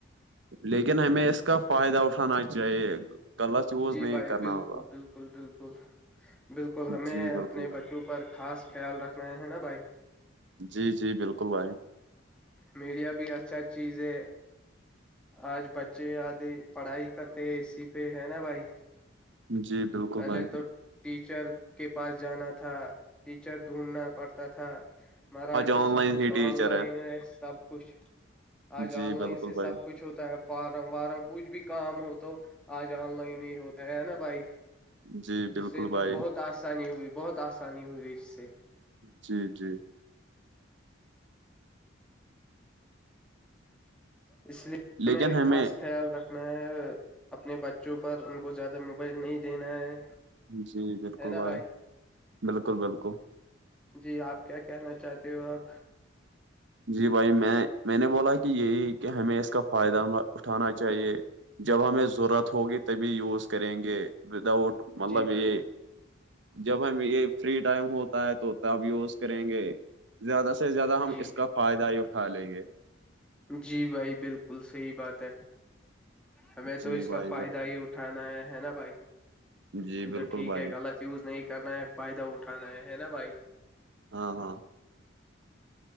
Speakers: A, on the right; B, in the centre.
A: لیکن ہمیں اس کا فائدہ اٹھانا چاہیے غلط یوز
B: جی
A: نہیں
B: بھائی
A: کرنا
B: بالکل
A: ہوگا
B: بالکل بالکل بالکل ہمیں
A: جی
B: اپنے
A: بالکل بھائی
B: بچوں پر خاص خیال رکھنا ہے نا بھائی
A: جی جی بالکل بھائی
B: میڈیا بھی اچھا چیز ہے آج بچے آتے پڑھائی کرتے ای پہ ہے نا بھائی
A: جی بالکل
B: پہلے
A: بھائی
B: ٹیچر کے پاس جانا تھا ٹیچر ڈھونڈنا پڑتا تھا مہارا آج تو
A: آن
B: سب
A: لائن
B: کچھ
A: ہی ٹیچر
B: آن لائن
A: ہے
B: سب کچھ آج آن
A: جی
B: لائن
A: بالکل
B: سے
A: بھائی
B: سب کچھ ہوتا ہے فارم وارم کچھ بھی کام ہو تو آج آن لائن ہی ہوتا ہے نا بھائی
A: جی
B: اس
A: بالکل
B: سے
A: بھائی
B: تو بہت آسانی ہوئی بہت آسانی ہوئی اس سے
A: جی جی
B: اس لیے
A: لیکن
B: میں
A: ہمیں
B: خاص خیال رکھنا ہے اپنے بچوں پر ان کو زیادہ موبائل نہیں دینا ہے
A: جی بالکل
B: ہے نا
A: بھائی بالکل بالکل
B: جی آپ کیا کہنا چاہتے ہو اب
A: جی بھائی میں میں نے بولا کہ یہی کہ ہمیں اس کا فائدہ اٹھانا چاہیے جب ہمیں ضرورت ہوگی تبھی یوز کریں گے ود آؤٹ مطلب
B: جی
A: یہ
B: بھائی
A: جب ہم یہ فری ٹائم ہوتا ہے تو تب یہ کریں گے زیادہ سے زیادہ ہم
B: جی
A: اس کا فائدہ ہی اٹھا لیں گے
B: جی بھائی بالکل صحیح بات ہے ہمیں تو
A: جی
B: اس کا
A: بھائی
B: فائدہ
A: بالکل
B: ہی اٹھ اٹٹھنا ہے نا بھائی
A: جی
B: یہ تو
A: بالکل
B: ٹھیک
A: بھائی
B: ہے غلط یوز نہیں کرنا ہے فائدہ اٹھانا ہے ہے نا بھائی
A: ہاں ہاں